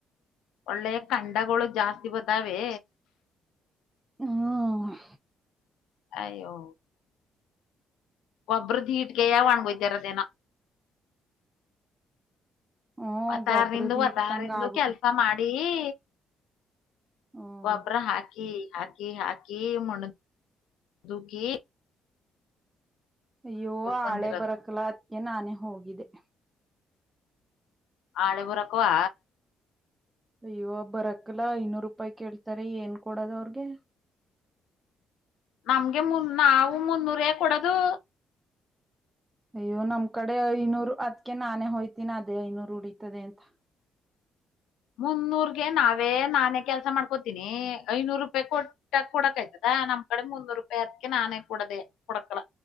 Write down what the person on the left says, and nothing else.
ಒಳ್ಳೆಯ ಖಂಡಾಗೋಳ್ ಜಾಸ್ತಿ ಬತ್ತಾವೆ.
ಅಯ್ಯೋ. ಗೊಬ್ಬ್ರಡ್ಗಿಗೆಯಾ ಒಣ್ಗೋಯತಿರಾದೆನೋ.
ಒತ್ತಾರ
ನಿಂದು ಒತ್ತಾರಿಂದು
ಕೆಲ್ಸಾ ಮಾಡಿ. ಈ
ಗೋಬ್ರಾ ಹಾಕಿ. ಹಾಕಿ ಹಾಕಿ ಮನ್ ದುಖಿ.
ಬಂದಿರೋದು
ಆಳೆ ಬುರಕವಾ.
ನಮ್ಗೆ ಮುನ್ ನಾವು ಮುನ್ನೂರೇ ಕೊಡದು.
ಮುನ್ನೂರ್ಗೆ ನಾವೇ ನಾನೇ ಕೆಲ್ಸಾ ಮಾಡ್ಕೋತೀನಿ ಐನೂರು ರೂಪಾಯಿ ಕೊಟ್ಟ ಕೊಡಕ್ ಆಯ್ತದ. ನಮ್ ಕಡೆ ಮುನ್ನೂರೂಪ್ಯಾ ಅದಕ್ಕೆ ನಾನೇ ಕೂಡದೆೇ ಕೊಡಕಲ.